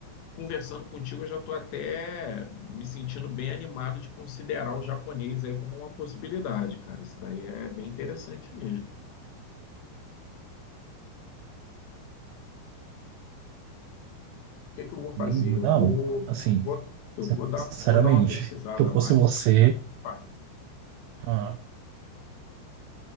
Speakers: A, on the left (about 75°); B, on the right (about 90°).
A: conversando contigo, eu já estou até me sentindo bem animado de considerar o japonês aí como uma possibilidade, cara. Isso daí é bem interessante mesmo. O que que eu vou fazer?
B: Hum,
A: Eu
B: Não,
A: vou,
B: assim,
A: vou, eu vou dar,
B: sinceramente,
A: vou dar uma pesquisada
B: se eu
A: a
B: fosse
A: mais.
B: você,
A: Fale.
B: ah,